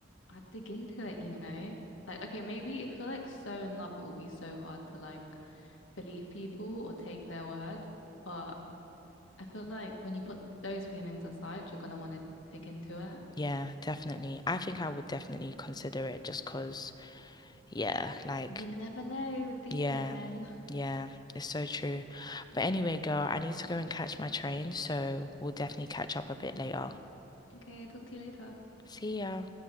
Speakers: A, on the left; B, on the left.
A: I'd dig into it, you know? Like, okay, maybe if you're like so in love, it will be so hard to like believe people or take their word. But I feel like when you put those feelings aside, you're gonna want to dig into it.
B: Yeah, definitely. I think I would definitely consider it just 'cause, yeah, like,
A: You never know with these
B: yeah,
A: men. <laughs>
B: yeah, it's so true. But anyway, girl, I need to go and catch my train, so we'll definitely catch up a bit later.
A: Okay, talk to you later.
B: See ya.